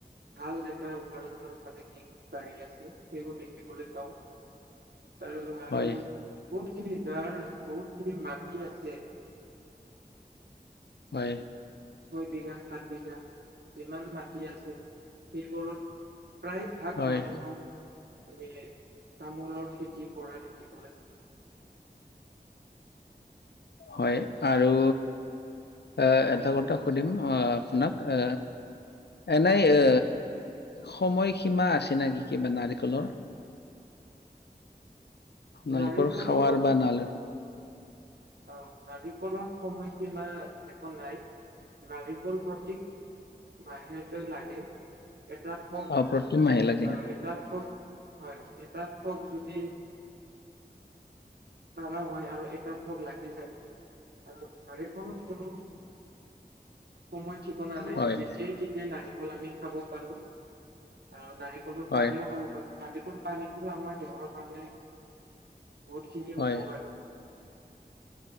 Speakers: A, on the right; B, on the left.
A: ভাল ডেকা উপাৰ্জনৰ ফালে, বাঢ়ি আছে। সেইবোৰ দেখিবলৈ পাওঁ, আৰু আৰু
B: হয়,
A: বহুত খিনি যাৰ, বহুত খিনি মাটি আছে।
B: হয়।
A: ছয় বিঘা, সাত বিঘা, যিমান মাটি আছে সেইবোৰত প্ৰায় ভাগ
B: হয়,
A: মানুহক, আমি তামোলৰ খেতি কৰা দেখিব
B: হয়, আৰু এ, এটা কথা সুধিম আহ, আপোনাক এ এনেই এ সময় সীমা আছে নেকি, কিবা নাৰিকলৰ? নাৰিকল
A: নাৰিকলৰ
B: খাৱাৰ বা নাল
A: অ' নাৰিকলৰ সময়সীমা একো নাই। নাৰিকল প্ৰতীক বাহিৰতে লাগে। এটা ঠক
B: অ প্ৰতিমাহে লাগে হয়।
A: আ এটা ঠক হয়, এটাত ঠক যদি পাৰা হয় আৰু এটাত থক লাগি যায় আৰু নাৰিকলৰ কোনো সময় ঠিকোনা নাই,
B: হয়,
A: যেতিয়াই তেতিয়াই নাৰি ফল আমি খাব পৰুৰ আৰু নাৰিকলৰ
B: হয়,
A: পানীও খাব পাৰোঁ। নাৰিকল পানীতো আমাৰ দেহৰ কাৰণে বহুতখিনি
B: হয়,
A: উপকাৰী।